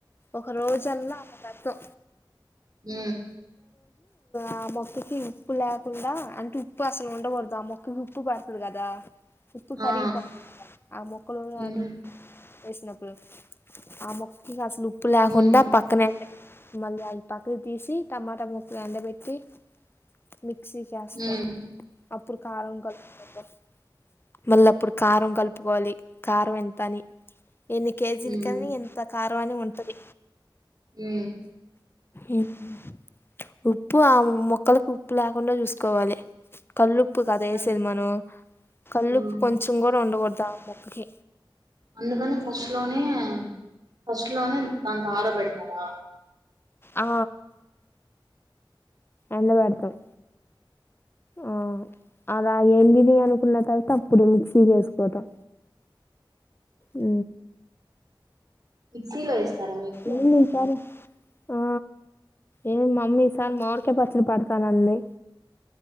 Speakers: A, on the left; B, on the right.
A: ఒక రోజల్లా పెట్టు
B: ఉ
A: ఆ మొక్కకు ఉప్పు లేకుండా అంటే ఉప్పు అసలు ఉండకూడదు ఆ మొక్కకి ఉప్పు పడుతుంది కదా ఉప్పు కరిగిపో
B: ఆ!
A: పోతుంది కదా ఆ మొక్కల
B: హ్మ్.
A: అ ఉప్పు వేసినప్పుడు ఆ మొక్కకి అసలు ఉప్పు లేకుండా
B: హ్మ్.
A: పక్కన మళ్లీ పక్కకి తీసి టమాటా మొక్కలు ఎండబెట్టి మిక్సీకి వేస్తారు
B: హ్మ్.
A: అప్పుడు కారం కలుపుకోవాలి మళ్ళీ అప్పుడు కారం కలుపుకోవాలి కారం ఎంత అని ఎన్ని కేజీలకు
B: హ్మ్.
A: ఎంత కారం పరిమాణం ఉంటది
B: ఉ
A: ఉ హు ఉప్పు ఆ మొక్కలకి ఉప్పు లేకుండా చూసుకోవాలి కల్లుప్పు కదా మనం
B: అన్
A: వేసేది మనం కల్లుపు
B: హ్మ్.
A: కొంచెం మెత్తగా ఉండకూడదా పైకి
B: అందుకని ఫస్ట్ లోనే ఫస్ట్ లోనే దాంతో ఆరా పెడతారా
A: ఆ ఎల్ల కడతావ్ ఆ అలా ఎండినై అనుకున్న తర్వాత అప్పుడు మిక్సీ చేసుకుటం ఉ
B: మిక్సీలో ఇస్తారా మీరు
A: ఏంది ఈసారి ఆ ఏం మమ్మీ ఈ సారి మామిడి కాయ పచ్చడి పడతాంది